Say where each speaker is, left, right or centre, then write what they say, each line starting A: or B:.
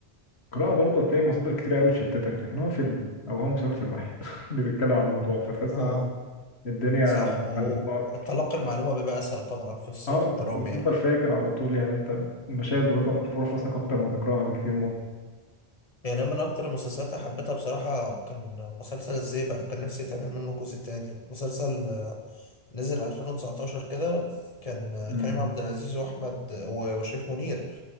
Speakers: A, on the left (about 80°); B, on the left (about 35°).
A: القراءه برضه تلاقي مصادر
B: م.
A: كتير قوي تشتتك لكن هو فيلم او هو مسلسل واحد <laughs> اللي بيتكلم عن الموضوع فتحس
B: اه
A: ان الدنيا
B: صح و...
A: ملمومه اكتر
B: وتلقي المعلومه بيبقى اسهل طبعا في السياق
A: اه
B: الدرامي
A: وتفضل فاكر على طول يعني انت المشاهد بتفضل
B: يعني.
A: محفوره في راسك اكتر ما تقراها بكتير
B: يعني أنا من أكتر المسلسلات اللي حبيتها بصراحة كان مسلسل إزاي بقى كان نفسي يتعمل منه جزء تاني مسلسل آه، نزل 2019 كده كان آه،
A: موت
B: كريم عبد العزيز وأحمد و- وشريف منير